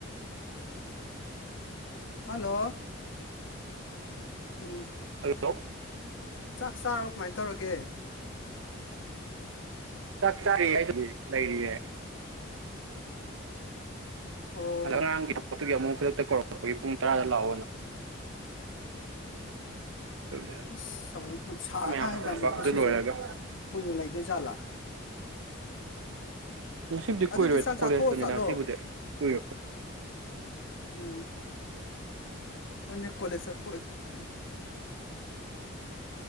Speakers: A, on the left; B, on the right.
A: <inaudible> Hello ꯎꯝ꯫
B: Hello
A: ꯆꯥꯛ ꯆꯥ꯭ꯔꯕꫭ ꯀꯃꯥꯏ ꯇꯧꯔꯒꯦ
B: ꯆꯥꯛ ꯆꯥꯔꯤ ꯍꯥꯏꯗꯨꯗꯤ ꯂꯩꯔꯤꯌꯦ
A: ꯑꯣ
B: ꯑꯗ ꯑꯉꯥꯡꯒꯤ <unintelligible> ꯇꯨꯒꯤ ꯑꯃꯨꯛ ꯈꯨꯗꯛꯇ ꯀꯧꯔꯛꯄꯒꯤ ꯄꯨꯡ ꯇꯔꯥꯗ ꯂꯥꯛꯑꯣꯅ
A: <inaudible>
B: ꯑꯗꯨꯒꯤ
A: ꯑꯁ ꯁꯛꯑꫭ ꯁꯥꯔ
B: ꯃꯌꯥꯝ
A: ꯀꯥꯟꯁꯤꯗ
B: ꯄꯨꯟꯕ
A: ꯑꯃꯨꯛ ꯉꯁꯤꯁꯨ
B: ꯑꯗꯨ ꯂꯣꯏꯔꯒ
A: ꯑꯃꯨꯛ ꯀꯨꯏꯅ ꯂꯩꯗꯣꯏ ꯖꯥꯠꯂꯥ
B: ꯉꯁꯤꯕꯨꯗꯤ
A: ꯑꯗꯨꯗꯤ
B: ꯀꯨꯏꯔꯣꯏ
A: ꯆꯥꯛ
B: ꯀꯣꯂꯦꯖꯇꯅꯤꯗ
A: ꯆꯥꯊꯣꯛꯑꯥ ꯆꯠꯂꯣ
B: ꯉꯁꯤꯕꯨꯗꯤ ꯀꯨꯏꯔꯣꯏ
A: ꯎꯝ ꯃꯥꯅꯦ ꯀꯣꯂꯦꯖ ꯆꯠꯄ ꯑꫭꯏ